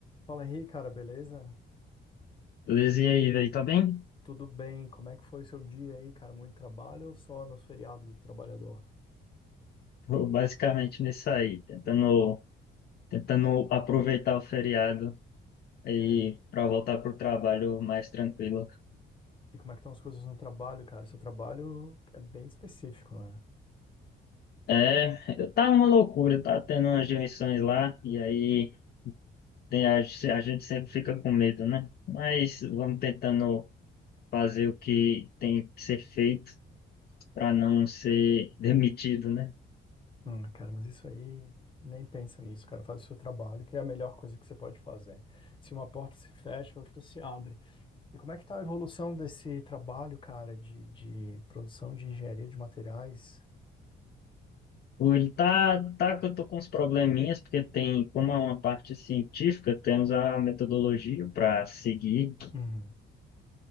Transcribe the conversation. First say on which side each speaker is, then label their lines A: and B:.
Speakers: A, on the left (about 25°); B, on the left (about 50°).
A: Fala Henrique, cara, beleza?
B: Luiz, e aí, velho, tá bem?
A: Tudo bem? Como é que foi o seu dia aí, cara? Muito trabalho ou só nos feriados do trabalhador?
B: Tô basicamente nisso aí, tentando, tentando aproveitar o feriado e
A: É.
B: para voltar pro trabalho mais tranquilo.
A: E como é que estão as coisas no trabalho, cara? Seu trabalho é bem específico, né?
B: É, tá uma loucura, tá tendo umas demissões lá, e aí tem a, a gente sempre fica com medo, né? Mas vamos tentando fazer o que tem que ser feito para não ser demitido, né?
A: Hum, cara, mas isso aí, nem pensa nisso, cara. Faz o seu trabalho, que é a melhor coisa que você pode fazer. Se uma porta se fecha, outra se abre. E como é que tá a evolução desse trabalho, cara, de, de produção de engenharia de materiais?
B: Hoje tá, tá que eu tô com uns probleminhas, porque tem, como é uma parte científica, temos a metodologia para seguir
A: Uhum.